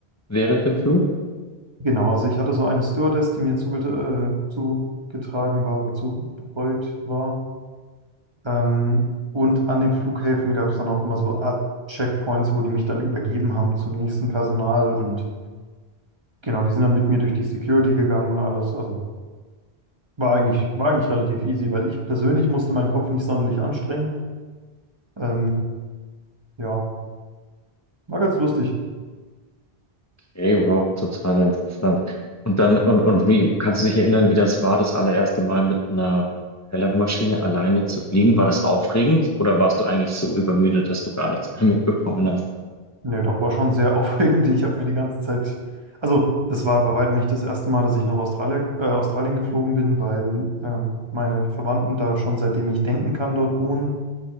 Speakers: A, on the left; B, on the right.
A: während dem Flug?
B: Genau, also ich hatte so eine Stewardess, die mir zuge äh, zugetragen war oder zubetreut war. Ähm, und an den Flughäfen gab es dann auch immer so Art Checkpoints, wo die mich dann übergeben haben zum nächsten Personal. Und genau, die sind dann mit mir durch die Security gegangen und alles. Also war eigentlich, war eigentlich relativ easy, weil ich persönlich musste meinen Kopf nicht sonderlich anstrengen. Ähm, ja, war ganz lustig.
A: Okay, wow, total interessant. Und dann, und, und wie, kannst du dich erinnern, wie das war, das allererste Mal mit einer Propellermaschine alleine zu fliegen? War das aufregend oder warst du eigentlich so übermüdet, dass du gar nichts mehr mitbekommen hast?
B: Nee, doch, war schon sehr <laughs> aufregend. Ich habe mir die ganze Zeit, also das war bei weitem nicht das erste Mal, dass ich nach Australien, äh, Australien geflogen bin, weil ähm, meine Verwandten da schon seitdem ich denken kann dort wohnen